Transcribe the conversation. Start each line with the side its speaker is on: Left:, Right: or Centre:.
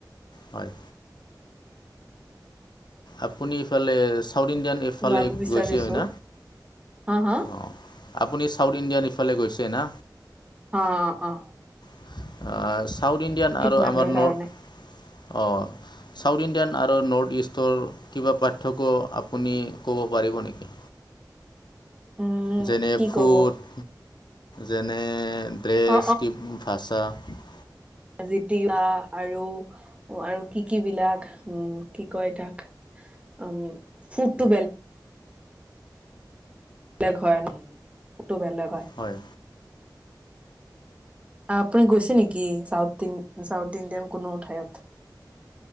Left: হয়। আপুনি ইফালে চাউথ ইণ্ডিয়ান এফ ইফালে
Right: যাব বিচাৰিছো।
Left: গৈছে হয় ন
Right: হা হা
Left: অ। আপুনি চাউথ ইণ্ডিয়ান ইফালে গৈছে না?
Right: অ অ অ।
Left: আ ছাউথ ইণ্ডিয়ান
Right: ট্ৰিটমেন্টৰ
Left: আৰু আমাৰ
Right: কাৰণে
Left: নৰ্থ, অ। ছাউথ ইণ্ডিয়ান আৰু নৰ্থ-ইষ্টৰ কিবা পাৰ্থক্য আপুনি ক'ব পাৰিব নেকি?
Right: উম
Left: <inaudible> যেনে
Right: কি
Left: ফুড,
Right: কব
Left: যেনে ড্ৰেছ
Right: অ
Left: কি <inaudible>
Right: জীতিয়া আৰু আৰু কি কি বিলাক উম কি কয় তাক উম ফডটো বেলেগ হয় নে ফটো বেলেগ হয়।
Left: হয়।
Right: আপুনি গৈছে নেকি চাউথ ইন চাউথ ইণ্ডিয়ান কোনো ঠাইত?